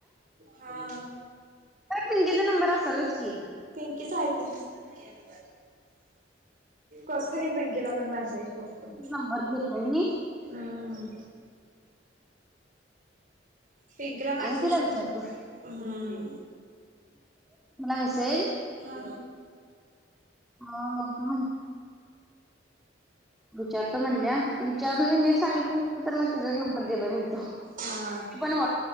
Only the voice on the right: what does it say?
हा
पिंकीच आहे की <unintelligible> करतो की पिंकीला पण मेसेज बघतो
हम्म पिंकीला
मॅसेज
करून हम्म
हा
हा.